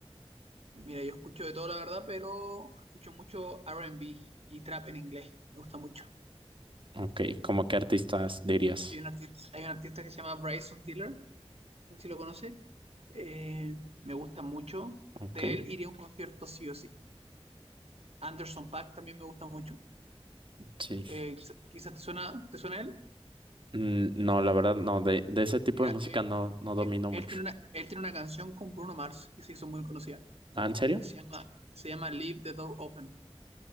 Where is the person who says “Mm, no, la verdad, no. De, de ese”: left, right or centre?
Right